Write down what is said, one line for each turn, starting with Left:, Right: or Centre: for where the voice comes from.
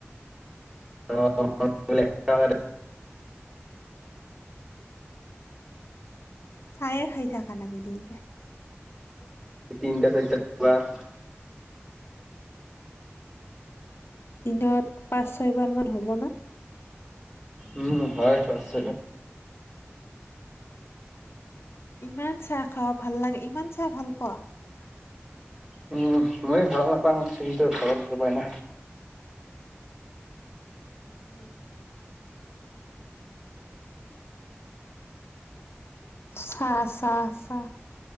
Right: অকাৰ
Left: চায়ে খাই থাকা নকি তিনিটাই
Right: তিনিটা চৈ বাৰ
Left: দিনত পাঁচ ছয়বাৰ মান হ'ব না
Right: উম হয় হয় চ
Left: ইমান চাহ খাওঁ ভাল লাগে ইমান চাহ ভাল পোৱা
Right: উম মই ভাল নাপাওঁ কিন্তু ঘৰত ভাল পাই না
Left: উ উম উম চা চা চা